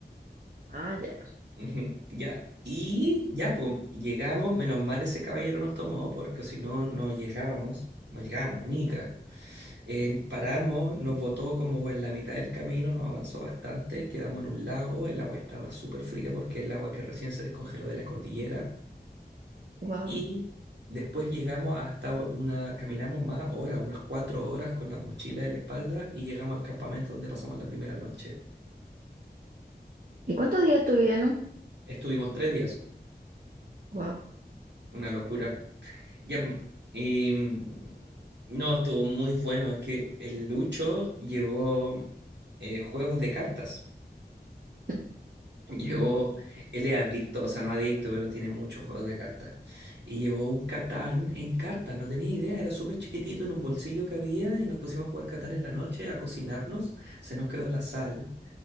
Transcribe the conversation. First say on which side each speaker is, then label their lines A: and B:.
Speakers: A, on the right; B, on the right.
A: Ah, ya.
B: <laughs> Ujú, Ya. Y ya, pues, llegamos. Menos mal ese caballero nos tomó, porque si no, no llegábamos. No llegábamos, nica. Eh, paramos, nos botó como en la mitad del camino, nos avanzó bastante, quedamos en un lago, el agua estaba súper fría porque el agua que recién se descongeló de la cordillera
A: Wow.
B: y después llegamos hasta una, caminamos más horas, unas cuatro horas con las mochilas en la espalda y llegamos al campamento donde pasamos la primera noche.
A: ¿Y cuántos días estuvieron?
B: Estuvimos tres días,
A: Wow.
B: una locura. Ya, pm, y mm, no, estuvo muy bueno, es que el Lucho llevó eh, juegos de cartas.
A: <laughs>
B: Llevó, él es adicto, o sea, no adicto, pero tiene muchos juegos de cartas. Y llevó un Catán en cartas, no tenía idea, era súper chiquitito en un bolsillo que había y nos pusimos a jugar Catán en la noche, a cocinarnos, se nos quedó la sal.